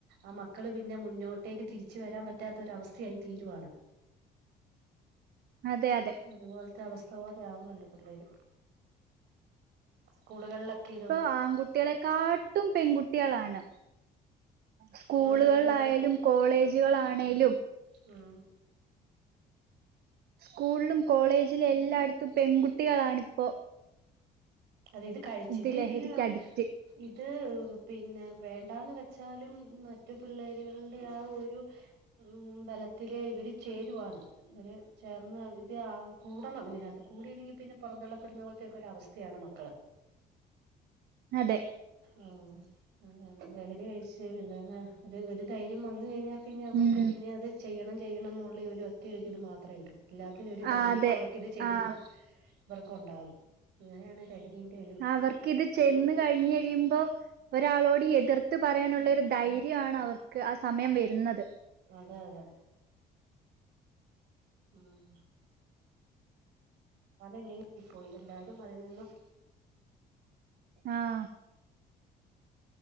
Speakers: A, on the right; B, on the right.
A: ആമക്കള് പിന്നെ മുന്നോട്ടേക്ക്തിരിച്ച് വെരാൻ പറ്റാത്തൊരു അവസ്ഥയായി. തീരുവാണ്.
B: അതെ അതെ
A: അതുപോൽത്തെ അവസ്ഥപോലെയാവുന്നുണ്ട് പിള്ളേര് സ്‌കൂകളിലൊക്കെഇ
B: ഇപ്പൊ ആൺകുട്ടികളെക്കാട്ടും പെൺകുട്ട്യാളാണ്. സ്കൂളുകളായാലും
A: സ്കൂളുകളിലൊക്കെ പു
B: കോളേജ്കളാണേലും
A: ഉം
B: സ്കൂളിലും കോളേജിലും എല്ലായിടത്തും പെൺകുട്ടികളാണിപ്പോ
A: അതെഇത് കഴിച്ചിട്ട്
B: ഇത് ലഹരിക്ക്
A: ഇതിന് ന്ന
B: അഡിക്റ്റ്.
A: ഇത് പിന്നെവേണ്ടാന്ന് വെച്ചാലും മ മറ്റുപിള്ളേരുകളുടെ ആ ഒരു ഉം ബെലെത്തിലെ ഇവെര് ചേരുവാണ് ഇവര് ചേർന്ന് ഇത് കൂടണം ഇതിനകത്ത് കൂടിയില്ലെങ്കിൽ പിന്നെ പൊറംന്തള്ളപ്പെടുന്ന പോലത്തെക്കൊരു അവസ്ഥയാണ് മക്കള്
B: അതെ
A: ആഹ് അതെനെ ലഹരികഴ്ച്ച് പിന്നെന്നെ ഒര് ഒര്ധൈര്യംവന്ന് കഴ്ഞ്ഞാൽ പിന്നെ അവർക്ക്
B: ഉം.
A: പിന്നെഅത് ചെയ്യണം ചെയ്യണംഎന്നുള്ള ഒര്ഒറ്റ ഇത് മാത്രയൊള്ളൂ. എല്ലാത്തിനും ഒരു ധൈര്യം
B: ആഹ് അതെ.
A: അവർക്ക്‌ ഇത് ചെല്ലുമ്പോഇവർക്ക്‌ഒണ്ടാകും
B: ആഹ്
A: ഇങ്ങനെയാണ് ലഹരിന്റെഒരു
B: അവർക്കിത് ചെന്ന്കയ്ഞ്ഞയുമ്പോ ഒരാളോട്എതിർ ത്ത് പറയാനുള്ളഒരു ധൈര്യാണ് അവർക്ക് ആസമയം വരുന്നത്
A: അതെ അതെ ഉം പലങ്ങ പോയി എല്ലാരും അതിൽ നിന്നും
B: ആഹ്